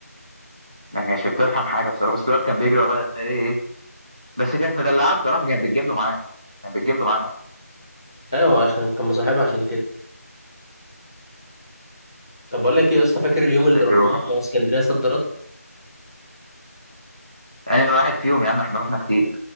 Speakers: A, on the right; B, on the left.
A: ما كانتش بترحم حاجه بصراحه بس الواد كان بيجري ورايا ايه ايه إيه. بس كانت مدلعه بصراحه كانت بتجيب له معاه كانت بتجيب له معاه
B: ايوه عشان كان مصاحبها عشان كده طب بقول لك ايه يا اسطى فاكر اليوم اللي
A: ايوه
B: رحناه اسكندريه صد رد
A: انا واحد فيهم يا عم احنا رحنا كتير